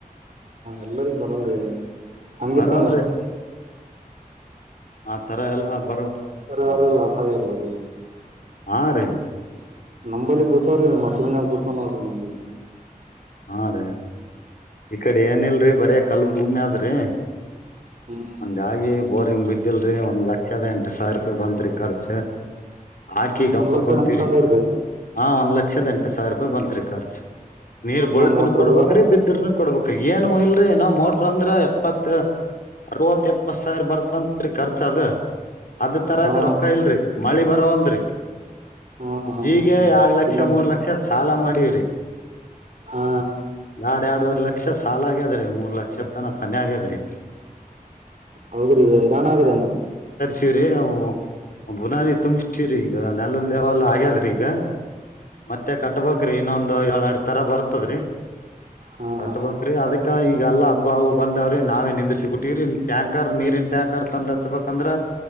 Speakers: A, on the right; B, on the left.
A: ಎಲ್ಲರಿಗ ಬರೋನ್ ರೀ ಹಂಗಿತ್ತಷ್ಟಬ
B: ಬರಲ್ರಿ ಆ ತರ ಎಲ್ಲಾ ಬರ
A: ಯಾರ ಲಸಗ್ಯಾರ ಅವರು
B: ಹ ರ
A: ನಂಬಲ್ಲಿ ಬೂತವ್ರಿ ಮಸಮಿನಾಗ ಬೂತವ ನೋಡ್ರಿ ನಂಬಲ್ಲಿ
B: ಹಾ ರೀ ಈ ಕಡೆ ಏನಲ್ರಿ ಬರಿ ಕಲ್ ಭೂಮಿ ಆದ್ರಿ
A: ಹ್ಮ್
B: ಹಂಗಾಗಿ ಬೋರಿಂಗ್ ಬಿದ್ದಿಲ್ರಿ ಒಂದ್ ಲಕ್ಷದ ಎಂಟು ಸಾವಿರ ರೂಪಾಯಿ ಬಂತತ್ರಿ ಖರ್ಚ ಹಾಕಿ ಗಪ್ಪ
A: ಒಂದ್ ಲಕ್ಷ
B: ಕುಂತೀರಿ
A: ಎಂಟ ಸಾವಿರ್ರೀ
B: ಹಾ ಒಂದ್ ಲಕ್ಷ ಲಕ್ಷದ ಎಂಟು ಸಾವಿರ ರೂಪಾಯಿ ಬಂತ ರೀ ಖರ್ಚು ನೀರ್
A: ಇನ್ನ
B: ಬುಳ್ಕನ್
A: ಮೋಟ್ರ
B: ಕೊಡ್ಬೇಕ್ರಿ
A: ಇಲ್ಲ
B: ಬಿದರ್ನ್ ಕೊಡ್ಬೇಕ ಏನ್ಯಲ್ರರಿ ನಾವ ಮೋಟ್ರ ಅಂದ್ರ ಎಪ್ಪತ್ ಅರವತ್ತು ಎಪ್ಪತ್ ಸಾವಿರ ಬರ್ತತ್ರಿ ಖರ್ಚ ಅದ ಅದ್ ತರಕ್
A: ಹಾ
B: ರೊಕ್ಕ ಇಲ್ರಿ ಮಳಿ ಬರ ಲ್ದ್ರಿ
A: ಹಾ ಹಾ ಹಾ
B: ಈಗ
A: ಹಾ
B: ಎರಡ್ ಲಕ್ಷ
A: ಹಿಂಗ
B: ಮೂರ್ ಲಕ್ಷ ಸಾಲ ಮಾಡಿ ಬೇರಿ
A: ಹಾ
B: ಎರಡ ಎರಡುವರಿಲ್ಲ ಲಕ್ಷ ಸಾಲ ಆಗ್ಯದ್ರಿ ಮೂರ್ ಲಕ್ಷದ ತನ ಸನಿ ಆಗ್ಯದ್ರಿ
A: ಹೌದ್ರಿ ಹೈರಾಣ ಲೀ ಅಂದ್ರ
B: ವ ಬುನಾದಿ ತುಂಗ್ ಶರಿ <unintelligible> ನಲ್ಲಿಲ್ಲಿ <unintelligible> ಇದು ಮತ್ತೆ ಕಟ್ಬೋಕ್ರಿ ಇನ್ನೊಂನ್ ಎರಡೆರಡು ತರ ಬರ್ತದ್ರೀ
A: ಹಾ
B: ಕಟ್ಬಕ್ರಿ
A: ಹಾ
B: ಅದಕ್ಕ ಇ ಯಲ್ಲ ಹಬ್ಬವು ಬಂದವ್ರಿ ನಾವೇ ನಿಂದುರ್ಸಿ ಬುಟವಿ ಟ್ಟೀರಿನ್ ಟ್ಯಾಂಕರ್ ನೀರಿನ್ ಟ್ಯಾಂಕರ್ ತಂದು ಹಚ್ಬಬೇಕಂದ್ರ